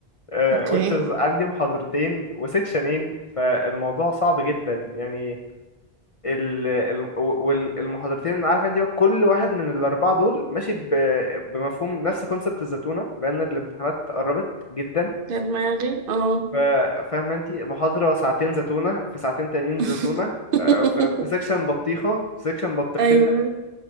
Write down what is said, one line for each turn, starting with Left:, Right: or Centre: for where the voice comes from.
Left: آه،
Right: اوكي
Left: which is عندي محاضرتين وسكشنين فالموضوع صعب جدا يعني ال... ال... والمحاضرتين عارف انت كل واحد من الاربعة دول ماشي ب... بمفهوم نفس كونسبت الزتونة لان الامتحانات قربت جدا
Right: يا دماغي اه
Left: ف- فاهمه انت محاضره ساعتين زتونه في ساعتين تانيين
Right: <laughs>
Left: زتونه آه، ف- في سيكشن بطيخه في سيكشن بطيختين
Right: ايوه
Left: تلاتة.